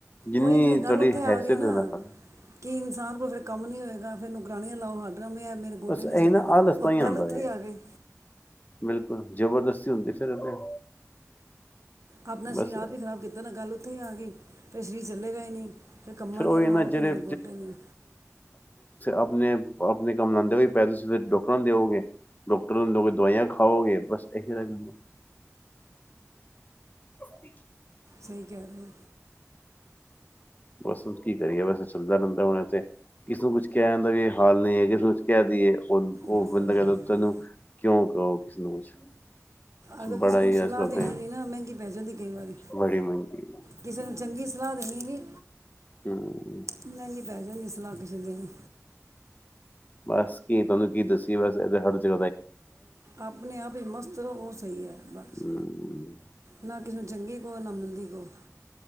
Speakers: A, on the left; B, on the right.
A: ਜਿੰਨੀ
B: ਉਈ ਫੇਰ ਗੱਲ
A: ਤੁਹਾਡੀ
B: ਉੱਥੇ ਆ
A: ਹੈਸੀਅਤ
B: ਗਈ ਨਾ
A: ਹੈ ਖਾਣਾ
B: ਕਿ ਇਨਸਾਨ ਕੋਲ ਫੇਰ ਕੰਮ ਨੀ ਹੋਏਗਾ। ਫਿਰ ਨੋਰਾਣੀਆਂ ਲਾਓ ਹੱਦ ਰੋਮੀ ਯਾਰ, ਮੇਰੇ ਗੋਡੇ
A: ਬਸ
B: ਨੀ
A: ਇਹ
B: ਚੱਲਦੇ
A: ਨਾ
B: ਮੇਰੇ,
A: ਆਲਸ
B: ਉਹ
A: ਤਾਂ ਹੀ ਆਉਂਦਾ
B: ਗੱਲ ਉੱਥੇ
A: ਹੈ
B: ਈ ਆਗਈ।
A: ਬਿਲਕੁਲ ਜ਼ਬਰਦਸਤੀ ਹੁੰਦੀ ਫਿਰ ਇਹਦੇ
B: ਆਪਨਾ ਸਰੀਰ
A: ਬਸ
B: ਆਪ ਹੀ ਖਰਾਬ ਕੀਤਾ ਨਾ, ਗੱਲ ਉੱਥੇ ਈ ਆਗਈ ਫੇਰ ਸਰੀਰ ਚੱਲੇਗਾ ਈ ਨਈ ਫੇਰ ਕੰਮਾ
A: ਫਿਰ
B: ਆਲਿਯਾਂ
A: ਉਹੀ
B: ਲਵਾਓ
A: ਨਾ ਜਿਹੜੇ
B: ਕਿ ਮੇਰੇ ਗੋਡੇ ਨੀ
A: ਆਪਨੇ-ਆਪਨੇ ਕੰਮ ਲਾਂਦੇ ਵੀ ਪੈ ਤੁਸੀਂ ਫੇਰ ਡਾੱਕਟਰਾਂ ਨੂੰ ਦਿਓਗੇ, ਡਾੱਕਟਰ ਨੂੰ ਦੋਗੇ, ਦਵਾਈਆਂ ਵੀ ਖਾਓਗੇ। ਬਸ ਏਹੀ ਰੈ ਜਾਂਦਾ। <inaudible>
B: ਸਈ ਕੈ ਰੇਓ।
A: ਬਸ ਹੁਨ ਕੀ ਕਰੀਏ, ਬਸ ਐ ਚੱਲਦਾ ਰੈਂਦਾ ਹੁਨ ਐ ਤੇ ਕਿਸੇ ਨੂੰ ਕੁਛ ਕੈਨ ਦਾ ਵੀ ਹਾਲ ਨੀ ਐ, ਕਿਸੇ ਨੂ ਕੁਛ ਕੈ ਦੀਏ। ਹੁਨ ਓ
B: ਬਿਲਕੁਲ
A: ਬੰਦਾ ਕੈਂਦਾ,
B: ਬਿਲਕੁਲ
A: ਤੈਨੂੰ ਕਿਉਂ ਕਓ ਕਿਸੇ ਨੂੰ ਕੁਛ
B: ਅਗਰ, ਕਿਸੇ
A: ਬੜਾ
B: ਨੂੰ
A: ਹੀ
B: ਸਲਾ
A: ਅੱਜ ਕੱਲ
B: ਦੇਨੀ
A: ਤੇ
B: ਵੀ ਨਾ ਮੈਂਗੀ ਪੈ ਜਾਂਦੀ ਕਈ ਵਾਰੀ‌,
A: ਬੜੀ ਮਹਿੰਗੀ
B: ਕਿਸੇ ਨੂੰ ਚੰਗੀ ਸਲਾ ਦੇਨੀ ਵੀ
A: ਹੂੰ।
B: ਮਹਿੰਗੀ ਪੈ ਜਾਂਦੀ ਸਲਾ ਕਿਸੇ ਨੂੰ ਦੇਨੀ
A: ਬਸ ਕੀ ਤੁਵਾਨੂੰ ਕੀ ਦੱਸੀਏ‌‌, ਬਸ ਐਦੇ ਹਰ <unintelligible>
B: ਆਪਨੇ ਆਪ ਵਿੱਚ ਮਸਤ ਰਹੋ ਉ ਸਹੀ ਐ। ਬਸ,
A: ਹਮ
B: ਨਾ ਕਿਸੇ ਨੂੰ ਚੰਗੀ ਕਓ, ਨਾ ਮੰਦੀ ਕਓ।